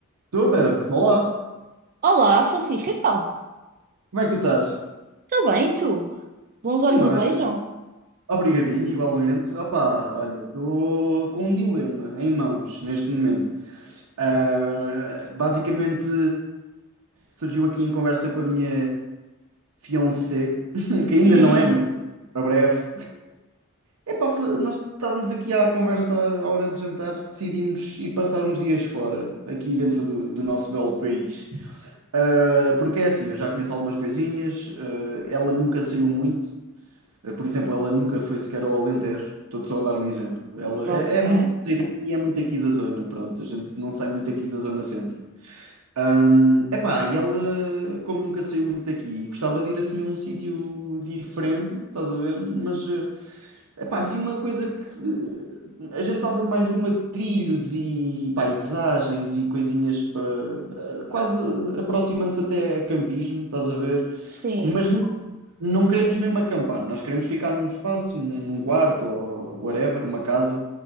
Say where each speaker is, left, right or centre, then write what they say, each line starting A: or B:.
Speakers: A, on the right; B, on the right.
A: Estou, Vera. Olá.
B: Olá, Francisco, então,
A: Como é que tu estás?
B: tudo bem? E tu? Bons olhos
A: Também.
B: o beijam?
A: Obrigadinho, igualmente. Opá, olha, estou com um dilema em mãos neste momento. Ah, basicamente, surgiu aqui em conversa com a minha fiancée, <laughs> que ainda
B: Hum,
A: não é, mas para breve. Epá, fa- nós estávamos aqui à conversa à hora de jantar, decidimos ir passar uns dias fora, aqui dentro do, do nosso belo país. Ah, porque é assim, eu já conheço algumas coisinhas, ah, ela nunca saiu muito. Eh, Por exemplo, ela nunca foi sequer ao Alentejo. Estou-te só a dar um exemplo. Ela
B: ok.
A: é, é muito ribeirinha e é muito aqui da zona. Pronto, a gente não sai muito aqui da zona centro. Ahm, epá, e ela, como nunca saiu muito daqui, gostava de ir assim a um sítio diferente, estás a ver? Mas, eh, epá, assim uma coisa que eh, a gente estava mais numa de trilhos e paisagens e coisinhas para quase aproximando-se até a campismo, estás a ver?
B: Sim,
A: Mas não queremos mesmo acampar, nós queremos ficar num espaço, num quarto ou whatever, uma casa.